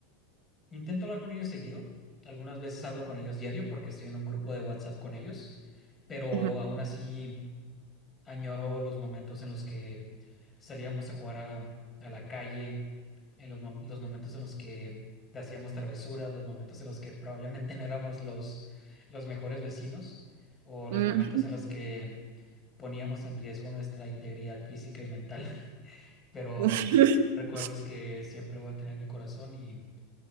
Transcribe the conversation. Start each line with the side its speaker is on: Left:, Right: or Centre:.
Left: intento hablar con ellos seguido. Algunas veces hablo con ellos diario porque estoy en un grupo de WhatsApp con ellos, pero
Right: Ujú.
Left: aún así... Añoro los momentos en los que salíamos a jugar a, a la calle, en los, mom- los momentos en los que hacíamos travesuras, los momentos en los que probablemente <laughs> no éramos los, los mejores vecinos, o los
Right: Mm.
Left: momentos en los que poníamos en riesgo nuestra integridad física y mental, <laughs> pero
Right: <laughs>
Left: recuerdos que siempre voy a tener en mi corazón y,